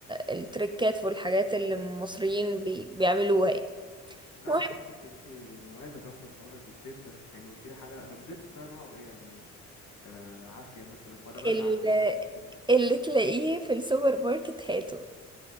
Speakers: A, on the right; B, on the left.
A: التريكات والحاجات اللي المصريين بي بيعملوها يعني
B: لا
A: المهم
B: انا حاسك انت مميزه كمان في حوار الزيت ده يعني قلت لي حاجه طب زيت بقى نوعه ايه يعني آه عافيه مثلا ولا بلاش
A: ال-
B: عافيه يعني ممكن
A: اللي تلاقيه في السوبر ماركت هاته